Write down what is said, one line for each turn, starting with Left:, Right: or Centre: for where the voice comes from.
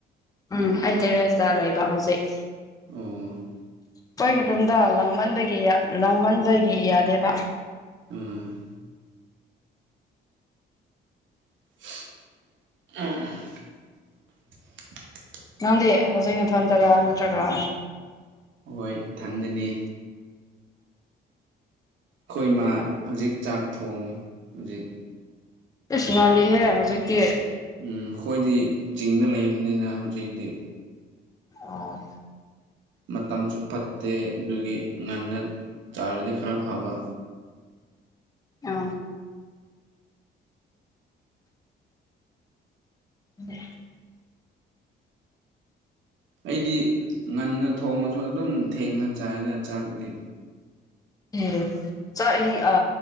Left: ꯎꯝ ꯑꯩ ꯇꯦꯔꯦꯁꯇ ꯂꯩꯕ ꯍꯧꯖꯤꯛ
Right: ꯑꯣ
Left: ꯑꯩꯈꯣꯏꯒꯤ ꯔꯨꯝꯗ ꯂꯥꯡꯃꯟꯕꯒꯤ ꯂꯥꯡꯃꯟꯕꯒꯤ ꯌꯥꯗꯦꯕ
Right: ꯎꯝ <unintelligible>
Left: ꯅꯪꯗꯤ ꯍꯧꯖꯤꯛ ꯅꯊꯟꯇꯔꯥ ꯅꯠꯇꯔꯒ
Right: ꯍꯣꯏ ꯊꯟꯗꯅꯤ ꯑꯩꯈꯣꯏ ꯃꯥ ꯍꯧꯖꯤꯛ ꯆꯥꯛ ꯊꯣꯡꯉꯤ ꯍꯧꯖꯤꯛ
Left: ꯏꯁ ꯉꯜꯂꯤ ꯍꯦ ꯍꯧꯖꯤꯛꯇꯤ
Right: ꯎꯝ ꯑꯩꯈꯣꯏꯗꯤ ꯆꯤꯡꯗ ꯂꯩꯕꯅꯤꯅ ꯍꯧꯖꯤꯛꯇꯤ
Left: ꯑ
Right: ꯃꯇꯝꯁꯨ ꯐꯠꯇꯦ ꯑꯗꯨꯒꯤ ꯉꯟꯅ ꯆꯥꯔꯗꯤ ꯈꯔ ꯐꯕ
Left: ꯑ <unintelligible>
Right: ꯑꯩꯗꯤ ꯉꯟꯅ ꯊꯣꯡꯉꯁꯨ ꯑꯗꯨꯝ ꯊꯦꯡꯅ ꯆꯥꯏꯗ ꯆꯥꯛꯇꯤ
Left: ꯎ ꯆꯥꯛ ꯑ